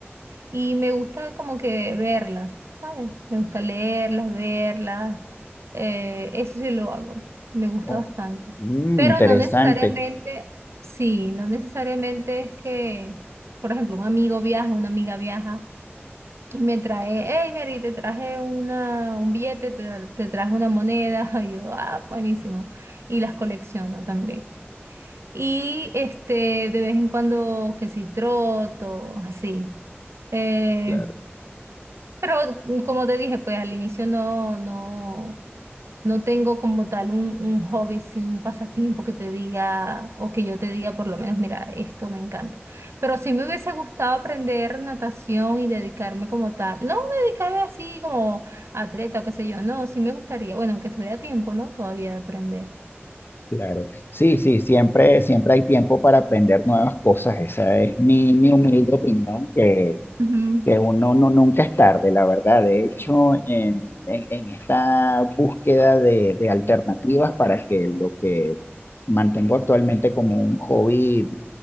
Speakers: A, on the right; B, on the left.
A: Y me gusta como que verlas, ¿sabes? Me gusta leerlas, verlas. eh, eso sí lo hago. Me gusta
B: Oh,
A: bastante.
B: mm,
A: Pero
B: interesante,
A: no necesariamente, sí, no necesariamente es que, por ejemplo, un amigo viaja, una amiga viaja y me trae, hey, Mary, te traje una, un billete, te, tra- te traje una moneda. <laughs> Y yo, ah, buenísimo. Y las colecciono también. Y este, de vez en cuando, que si troto, así. Eh,
B: claro,
A: pero mm, como te dije, pues al inicio no, no, no tengo como tal un, un hobby, así, un pasatiempo que te diga, o que yo te diga por lo menos, mira, esto me encanta. Pero sí me hubiese gustado aprender natación y dedicarme como tal. No dedicarme así como atleta o qué sé yo, no, sí me gustaría. Bueno, aunque estoy a tiempo, ¿no? Todavía de aprender.
B: claro. Sí, sí, siempre, siempre hay tiempo para aprender nuevas cosas. Esa es mi, mi humilde opinión, que,
A: Ujú,
B: que uno no, nunca es tarde, la verdad. De hecho, en, en- en esta búsqueda de, de alternativas para que lo que mantengo actualmente como un hobby,